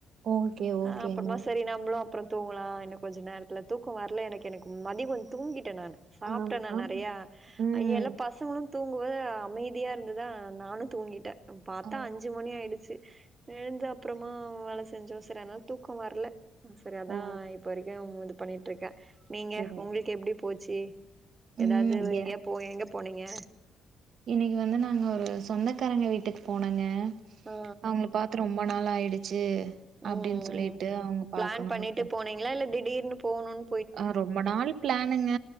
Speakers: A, on the right (about 65°); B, on the right (about 30°).
A: ஓகே ஓகேங்க
B: அ அப்றமா சரி நம்மளு அப்றோ தூங்கலா இன்னு கொஞ்சோ நேரத்துல தூக்கோ வரல எனக்கு எனக்கு மதியோ தூங்கிட்டே நானு சாப்ட்டேனா
A: ஆமா ஆமா
B: நெறையா
A: ம்
B: எல்லா பசங்களு தூங்க அமைதியா இருந்ததா நானு தூங்கிட்டே பாத்தா
A: ஓ
B: அஞ்சு மணி ஆயிடுச்சு எழுந்து அப்பறமா வேல செஞ்சோ சரி அதனால தூக்கோ வரல சரி அதா
A: ஓ
B: இப்ப வரைக்கு ஒங்கட்ட பண்ணிட்டு இருக்கே நீங்க
A: சரி
B: உங்களுக்கு எப்டி போச்சு
A: ம்
B: ஏதாவது
A: இங்க
B: எங்கயா போ எங்க போனீங்க
A: இன்னைக்கு வந்து நாங்க ஒரு சொந்தக்காரங்க வீட்டுக்கு போனோங்க
B: ஆ
A: அவுங்கள பாத்து ரொம்ப ரொம்ப நாள் ஆயிடுச்சு அப்படின்னு
B: ம்
A: சொல்லிட்டு
B: ம்
A: அவங்க
B: ப்ளான்
A: பாக்கணும்ட்டு
B: பண்ணிட்டு போனீங்களா இல்ல திடீர்னு போணுன்
A: ஆ ரொம்ப நாள் ப்ளானுங்க